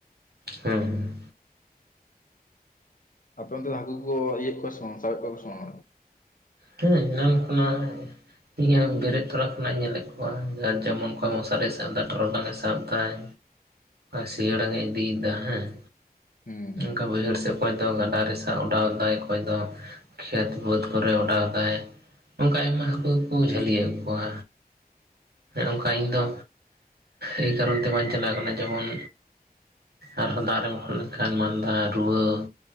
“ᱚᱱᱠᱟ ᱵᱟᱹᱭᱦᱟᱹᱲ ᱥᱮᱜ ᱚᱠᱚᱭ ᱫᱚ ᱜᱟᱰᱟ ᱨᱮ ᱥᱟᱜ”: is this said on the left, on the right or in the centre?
Right